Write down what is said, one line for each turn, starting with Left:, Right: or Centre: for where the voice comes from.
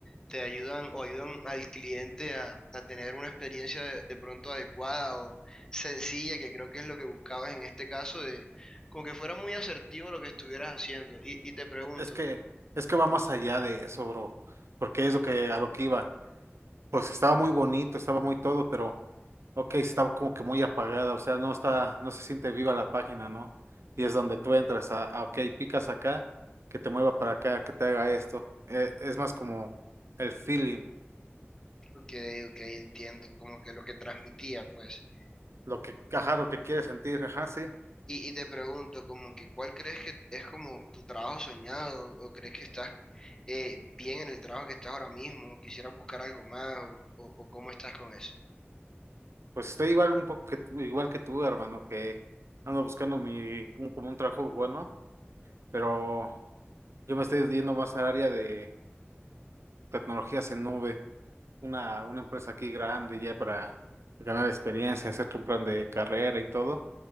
Left: te ayudan o ayudan al cliente a, a tener una experiencia de, de pronto adecuada o sencilla, que creo que es lo que buscabas en este caso, de como que fuera muy asertivo lo que estuvieras haciendo. Y, y te pregunto,
Right: Es que, es que va más allá de eso, bro, porque es lo que a lo que iba. Pues estaba muy bonito, estaba muy todo, pero ok, estaba como que muy apagada, o sea, no está, no se siente viva la página, ¿no? Y es donde tú entras a, a, ok, picas acá, que te mueva para acá, que te haga esto. Eh, es más como el feeling,
Left: ok, ok, entiendo, como que lo que transmitía, pues.
Right: lo que, ajá, lo que quieres sentir, ajá, sí.
Left: Y, y te pregunto, como que ¿cuál crees que es como tu trabajo soñado? ¿O crees que estás eh, bien en el trabajo que estás ahora mismo? ¿Quisieras buscar algo más? ¿O, o- o cómo estás con eso?
Right: Pues estoy igual un poco que, tú- igual que tú, hermano, que ando buscando mi, un, como un trabajo bueno, pero yo me estoy yendo más al área de tecnologías en nube. una, una empresa aquí grande ya para ganar experiencia, hacerte un plan de carrera y todo,